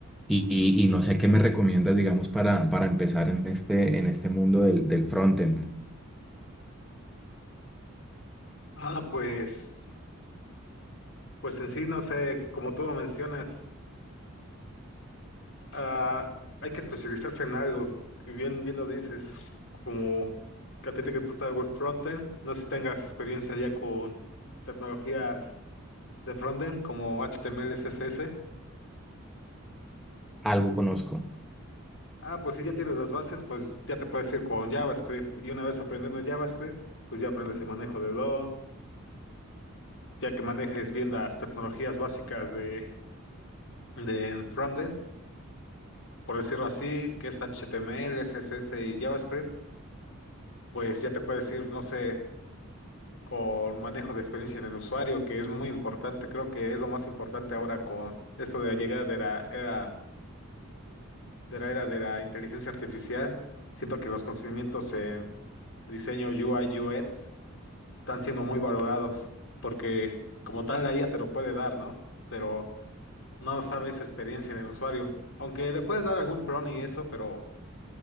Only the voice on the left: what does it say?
Ah, pues, pues en sí, no sé, como tú lo mencionas, ah, hay que especializarse en algo, que bien, bien lo dices, como que a ti te que te gusta el frontend, no sé si tengas experiencia ya con tecnologías de frontend como HTML, CSS.
Ah, pues si ya tienes las bases, pues ya te puedes ir con JavaScript. Y una vez aprendiendo JavaScript, pues ya aprendes el manejo de DOM, ya que manejes bien las tecnologías básicas de de frontend, por decirlo así, que es HTML, CSS y JavaScript, pues ya te puedes ir, no sé, con manejo de experiencia en el usuario, que es muy importante, creo que es lo más importante ahora con esto de la llegada de la era de la era de la inteligencia artificial. Siento que los conocimientos en diseño UI UX están siendo muy valorados porque como tal la IA te lo puede dar, ¿no? Pero no sabe esa experiencia en el usuario. Aunque le puedes dar algún prompt y eso, pero